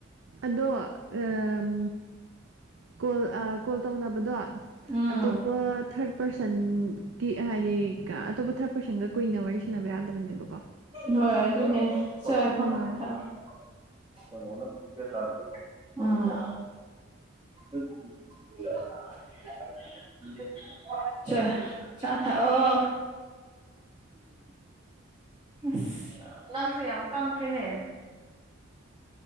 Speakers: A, on the right; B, on the right.
A: ꯑꯗꯣ ꯑꯝ ꯀꯣꯜ ꯑ ꯀꯣꯜ ꯇꯧꯅꯕꯗꯣ
B: ꯎꯝ
A: ꯑꯇꯣꯞꯄꯠ ꯊꯔꯠ ꯄꯔꯁꯟ ꯀꯤ ꯍꯥꯏꯗꯤ ꯑꯇꯣꯞꯄ ꯊꯔꯠ ꯄꯔꯁꯟꯒ ꯀꯨꯏꯅ ꯋꯥꯔꯤ ꯁꯅꯕ ꯌꯥꯗꯕꯅꯦꯕꯀꯣ
B: ꯍꯣꯏ ꯑꯗꯨꯅꯦ ꯁꯦ <unintelligible>
A: ꯍꯣꯏ
B: ꯃꯥꯡꯒꯣꯟꯗ ꯐꯧꯗꯣꯛꯀꯦ ꯑꯆꯥꯔꯖꯨ ꯑ <unintelligible> ꯆ ꯆꯥ ꯊꯛꯑꯣ ꯑꯁ ꯅꯪꯁꯦ ꯌꯥꯝ ꯀꯪꯈ꯭ꯔꯦꯅꯦ